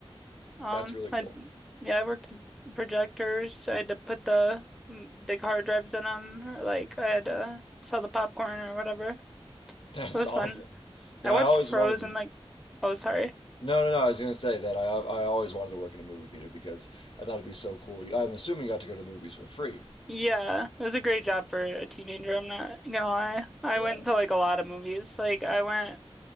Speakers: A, in the centre; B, on the left (about 60°).
A: Um,
B: That's really cool.
A: I yeah, I worked the projectors. I had to put the mm, big hard drives in them, or like I had to sell the popcorn or whatever. It
B: <laughs> That's
A: was
B: awesome.
A: fun.
B: Yeah,
A: I watched
B: I always
A: Frozen
B: wanted to.
A: like, oh sorry.
B: No, no, no. I was going to say that I I always wanted to work in a movie theater because I thought it'd be so cool. I'm assuming you got to go to the movies for free.
A: Yeah, it was a great job for a teenager. I'm not gonna lie. I
B: Yeah.
A: went to like a lot of movies. Like I went.